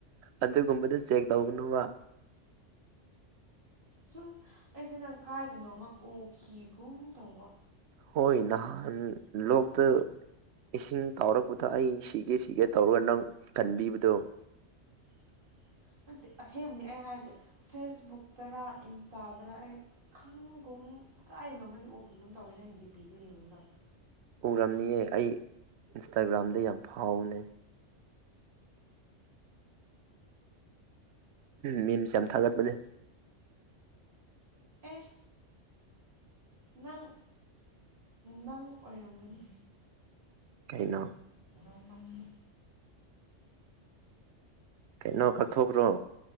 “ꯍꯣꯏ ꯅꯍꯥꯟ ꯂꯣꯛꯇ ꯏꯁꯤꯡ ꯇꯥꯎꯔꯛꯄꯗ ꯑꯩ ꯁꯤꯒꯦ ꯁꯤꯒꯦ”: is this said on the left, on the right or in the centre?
Right